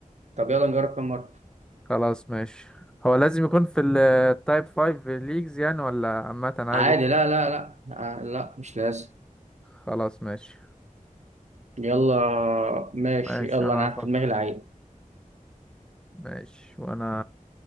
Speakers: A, on the right; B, in the centre.
A: طب يلا نجرب كام مره
B: خلاص ماشي هو لازم يكون في التايب 5 ليجز يعني ولا عامة عادي
A: عادي لا لا لا آه لا مش لازم
B: خلاص ماشي
A: يلا ماشي
B: ماشي
A: يلا
B: انا
A: انا عارف
B: هفكر
A: في دماغي لعيب
B: ماشي وانا